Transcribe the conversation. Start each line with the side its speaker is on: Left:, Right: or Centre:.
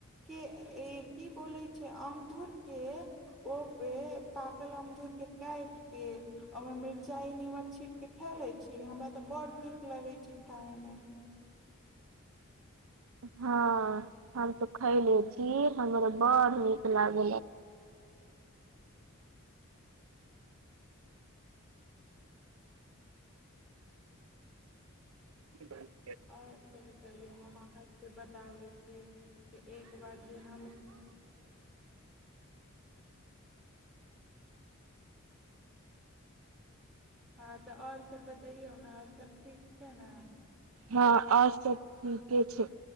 Centre: के ई की बोले छै अमदुर के ओपे प कल अमदुरके काटिके ओमे मिर्चाइ निमक छिटके खा लैत छी हमरा तऽ बड्ड नीक लगैत छै खाायमे
Right: हँ हम तो खैले छी हमर बड़ नीक लाग <inaudible>
Centre: आओर सभतैयौ हम अाँके बताबै छी कि एक बार जे हम हँ तऽ आओर सब बतैयौ ने आओर सब ठीक छै ने
Right: हँ आ सब के छै